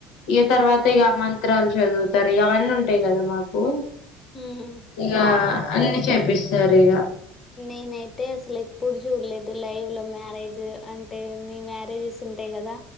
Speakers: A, on the left (about 70°); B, on the left (about 25°).
A: ఇగా తర్వాత
B: అవును
A: ఇగా మంత్రాలు చదువుతారు ఇగా అవన్నీ ఉంటాయి కదా మాకు
B: ఉమ్
A: ఇగా అన్ని చేపిస్ జరిగా
B: నీనయితే అసలేప్పుడు జూల్లే లైవ్ ల మ్యారేజ్ అంటే మీ మ్యారేజెస్ ఉంటాయి కదా